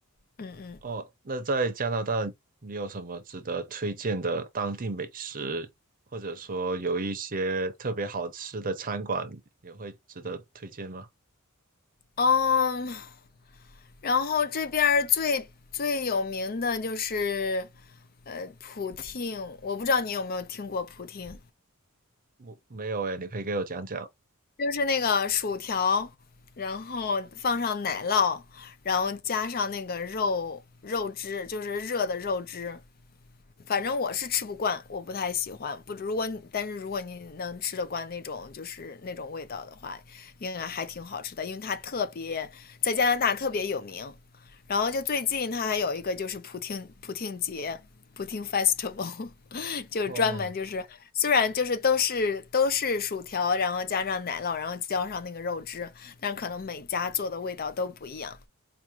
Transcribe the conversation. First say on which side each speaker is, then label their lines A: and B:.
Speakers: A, on the left (about 40°); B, on the right (about 40°).
A: 嗯嗯
B: 哦，那在加拿大，你有什么值得推荐的当地美食，或者说有一些特别好吃的餐馆，也会值得推荐吗？
A: 嗯。然后这边儿最最有名的就是，呃，普汀，我不知道你有没有听过普汀，
B: 我没有诶，你可以给我讲讲。
A: 就是那个薯条，然后放上奶酪，然后加上那个肉肉汁，就是热的肉汁，反正我是吃不惯，我不太喜欢。不，如果但是如果你能吃得惯那种就是那种味道的话，应该还挺好吃的，因为它特别在加拿大特别有名。然后就最近它还有一个就是普听普听节普听 festival，<laughs> 就是专门就是虽然就是都是都是薯条，
B: 哦
A: 然后加上奶酪，然后浇上那个肉汁，但是可能每家做的味道都不一样。